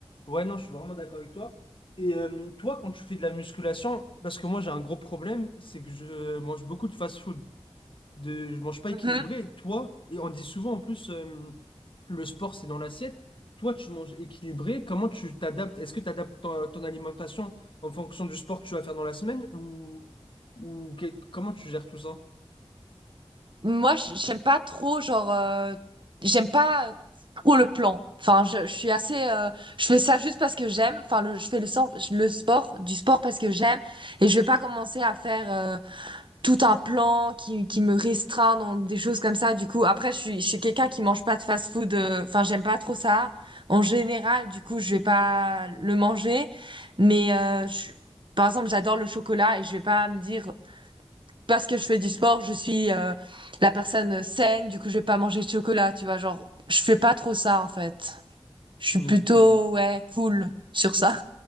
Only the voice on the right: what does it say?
Mhm.
Moi, j- j'aime pas trop, genre, euh, j'aime pas euh, trop le plan. Enfin, je, je suis assez, euh, je fais ça juste parce que j'aime. Enfin, le- je fais le, sor- le sport, du sport parce que j'aime. Et je vais pas commencer à faire. euh, tout un plan qui, qui me restreint dans des choses comme ça. Du coup, après, je suis, je suis quelqu'un qui mange pas de fast-food. euh, Enfin, j'aime pas trop ça. En général, du coup, je vais pas le manger. Mais euh, je- par exemple, j'adore le chocolat et je vais pas me dire parce que je fais du sport, je suis euh, la personne saine. Du coup, je vais pas manger de chocolat. Tu vois, genre, je fais pas trop ça en fait. Je suis
plutôt ouais cool sur ça.